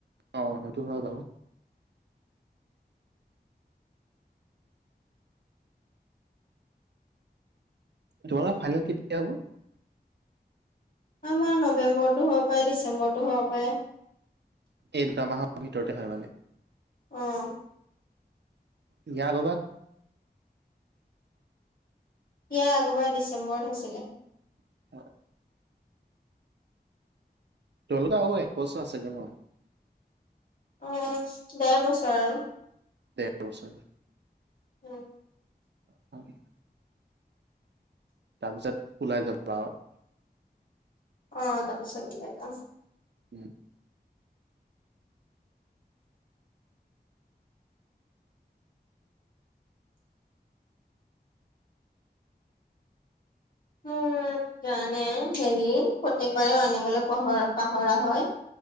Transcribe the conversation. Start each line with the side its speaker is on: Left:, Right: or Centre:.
Right: অ', সেইটো হয় বাউ। তোমালোকৰ ফাইনেল কেতিয়া হ'ব?
Left: আমাৰ নৱেম্বৰতটো হ'ব, পাৰে ডিচেম্বৰতটো হ'ব পাৰে।
Right: এই দুটা মাহৰ ভিতৰতে হয় মানে?
Left: অ'।
Right: ইয়া বাবা
Left: সিয়া আগবাৰ ডিচেম্বৰ হৈছিলে।
Right: <unintelligible> তোলোকৰ আৰু একবছৰ আছেগে ন?
Left: অ ডেৰ বছৰ আৰু।
Right: ডেৰ বছৰ
Left: <unintelligible>
Right: হয়। তাৰপিছত ওলাই যাবা আও।
Left: অ' তপাছত উলাই যাম।
Right: উম।
Left: উম, জানানে হেৰি, প্ৰত্যেক বাৰে আনিবলৈ পহৰা পাহৰা হয়।